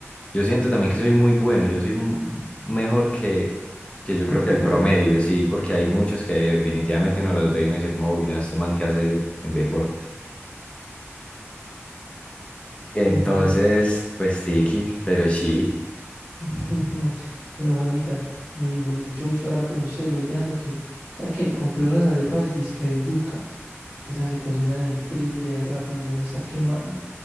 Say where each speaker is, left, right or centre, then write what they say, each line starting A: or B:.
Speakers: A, on the left (about 25°); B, on the left (about 50°).
A: Yo siento también que soy muy bueno, yo soy m- mejor que, que yo
B: que
A: creo
B: el promedio.
A: que el promedio, sí, porque hay muchos que definitivamente uno los ve y uno dice, como, "Uy, no, este man que hace en deportes. Entonces,
B: Oiga, bueno.
A: pues tiki pero sí,
B: <laughs> Bueno, Juanmita, muy, muy, mucho gusto hablar con usted. Lo voy dejando que, ¿sabe qué? Compré unas arepas disque de yuca. Esas se cocinan el triple de rápido y ya me está quemando.